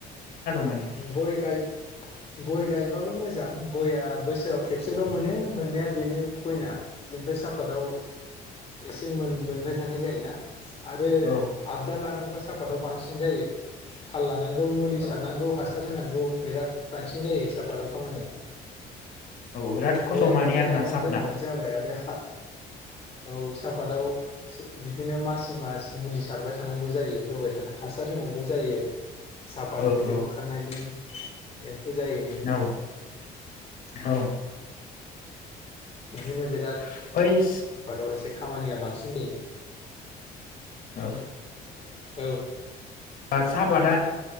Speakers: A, on the left (about 60°); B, on the left (about 40°).
A: माने
B: गय गाय गय गायबाबो मो जां गया बोसोराव खेबसेल मोनो मोननाया बेनो गयना ओमफ्राय साफाताव एसे मोनबाय थानाय जायोना। आरो
A: औ
B: आबदल लानांगौआ साफादाव बांसिन जायो। थाल लानो नांगौ मुलि सारनांगौ
A: औ
B: हासार होनांगौ बिराद बांसिन जायो सापातआव खामानिया
A: बिराद खस्थ'
B: गययावबाथाय
A: माने आरोना
B: गायनानै
A: साफना
B: दोनबानो जाबाय आरो औ साहाफातआव बि बिदिनो मासै मास मुलि सारबाय थानांगौ। जायो होबाय थानो हासार होनांगौ। जायो साफात
A: औ
B: बिजौ
A: औ
B: ओंखारनायनि एम्फौ जायैनि
A: औ औ
B: बिदिनो बिराद
A: ओमफ्राय
B: आफादाव एसे खामानिया बांसिन जायो
A: औ
B: औ
A: साहापादा